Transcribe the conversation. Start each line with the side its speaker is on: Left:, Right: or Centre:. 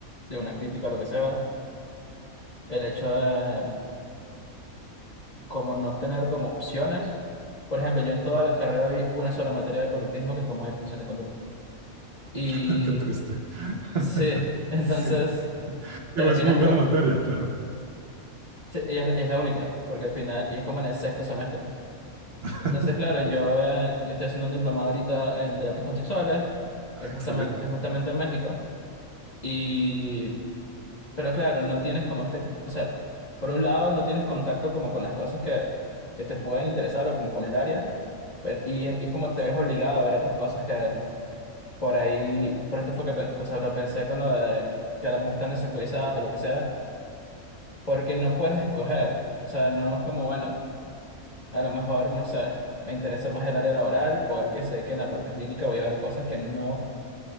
Left: de una crítica, a lo que sea, el hecho de como no tener como opciones. Por ejemplo, yo en toda la carrera vi una sola materia de conductismo que fue modificación de conducta. Y
Right: <laughs> Qué triste. <laughs>
Left: sí, <laughs> entonces
Right: Sí,
Left: terminas
Right: digo, es muy buena
Left: co-
Right: materia, claro.
Left: sí, y es, y es la única, porque al final, y es como en el sexto semestre.
Right: <laughs>
Left: Entonces, claro, yo, eh, yo estoy haciendo un diplomado ahorita en terapias contextuales,
Right: Ah,
Left: que es
Right: Excelente.
Left: justamente, es justamente en México. y Pero claro, no tienes como este, o sea, por un lado no tienes contacto como con las cosas que, que te pueden interesar o como con el área, pe- y, y es como te ves obligado a ver otras cosas que por ahí, por esto fue que pen- o sea, lo pensé con lo de que a lo mejor están desactualizadas o lo que sea, porque no puedes escoger, o sea, no es como, bueno, a lo mejor, no sé, me interesa más el área laboral porque sé que en la parte clínica voy a ver cosas que no,